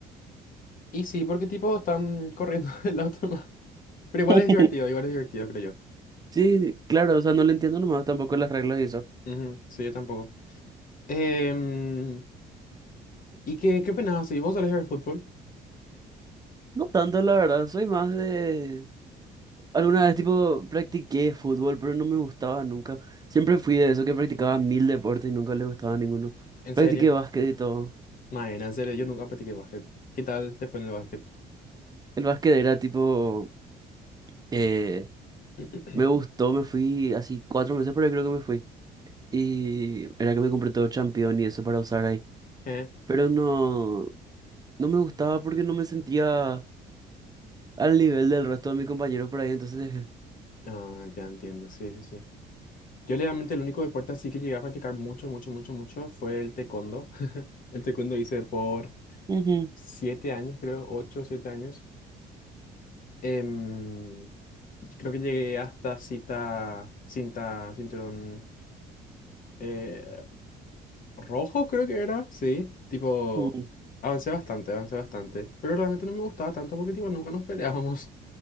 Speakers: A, on the left; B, on the right.
A: Y sí, porque tipo están corriendo <laughs> el auto nomás. Pero igual
B: <laughs>
A: es divertido, igual es divertido, creo
B: Sí, claro, o sea, no le entiendo nomás tampoco las reglas y eso.
A: yo. Ujú, Sí, yo tampoco. Em, ¿y qué, qué opinás si vos solés ver fútbol?
B: No tanto, la verdad, soy más de... Alguna vez, tipo, practiqué fútbol, pero no me gustaba nunca. Siempre fui de eso que practicaba mil deportes y nunca le gustaba ninguno.
A: ¿En
B: Practiqué
A: serio?
B: básquet y todo.
A: Maena, en serio, yo nunca practiqué básquet. ¿Qué tal te fue en el básquet?
B: El básquet era tipo... eh,
A: <clears throat>
B: me gustó, me fui así cuatro meses, pero yo creo que me fui. Y era que me compré todo Champion y eso para usar ahí.
A: Eh,
B: Pero no, no me gustaba porque no me sentía al nivel del resto de mis compañeros por ahí. Entonces dejé
A: Ah, ya entiendo, sí, sí, sí. Yo realmente el único deporte así que llegué a practicar mucho, mucho, mucho, mucho fue el taekwondo. <laughs> El taekwondo hice por
B: "Ujú,
A: siete años, creo, ocho, siete años. Em, creo que llegué hasta cita, cinta, cinturón eh, rojo, creo que era, sí. Tipo,
B: ujú,
A: avancé bastante, avancé bastante. Pero realmente no me gustaba tanto porque tipo nunca nos peleábamos.